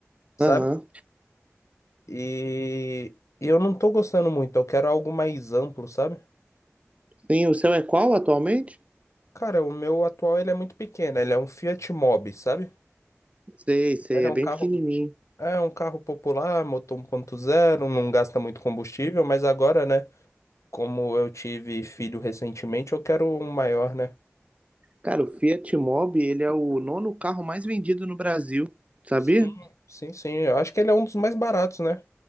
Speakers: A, on the left (about 80°); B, on the right (about 25°).
A: sabe?
B: Aham.
A: E, e eu não tô gostando muito. Eu quero algo mais amplo, sabe?
B: Sim, o seu é qual atualmente?
A: Cara, o meu atual ele é muito pequeno, ele é um Fiat Mobi, sabe?
B: Sei, sei,
A: Ele
B: é
A: é um
B: bem
A: carro,
B: pequenininho.
A: é um carro popular, motor 1.0, não gasta muito combustível, mas agora, né, como eu tive filho recentemente, eu quero um maior, né?
B: Cara, o Fiat Mobi, ele é o nono carro mais vendido no Brasil, sabia?
A: Sim, sim, sim. Eu acho que ele é um dos mais baratos, né?